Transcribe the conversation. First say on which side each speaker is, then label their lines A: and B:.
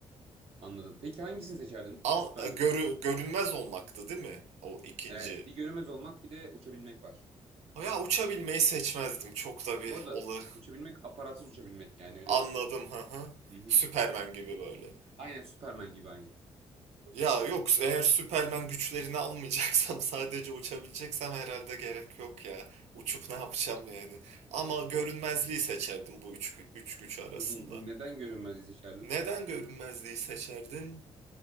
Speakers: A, on the right; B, on the right.
A: anladım. Peki hangisini seçerdin
B: Al,
A: bu süper
B: e,
A: güç?
B: görü- görünmez olmaktı değil mi? O ikinci.
A: Evet, bir görünmez olmak, bir de uçabilmek var.
B: Ya uçabilmeyi seçmezdim. Çok da bir
A: Bu arada
B: olay.
A: uçabilmek aparatsız uçabilmek yani öyle.
B: Anladım.
A: Hı
B: Hı hı.
A: hı.
B: Süpermen gibi böyle.
A: Aynen Superman gibi aynı.
B: Ya yok eğer Süpermen güçlerini almayacaksam <laughs> sadece uçabileceksem herhalde gerek yok ya. Uçup ne yapacağım yani. Ama görünmezliği seçerdim bu üç, gü- üç güç arasında.
A: Peki neden görünmezliği seçerdin?
B: Neden görünmezliği seçerdin?